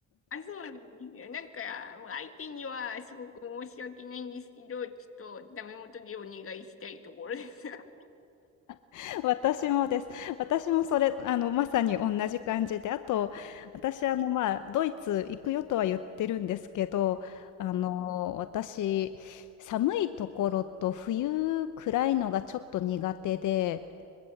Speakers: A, on the left (about 45°); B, on the left (about 80°).
A: あ、そうなんですよ。なんか、もう相手にはすごく申し訳ないんですけど、ちょっとダメ元でお願いしたいところです。<laughs>
B: <laughs> 私もです。私もそれ、あの、まさに同じ感じで、あと、私、あの、まあ、ドイツ行くよとは言ってるんですけど、あの、私、寒いところと冬暗いのがちょっと苦手で、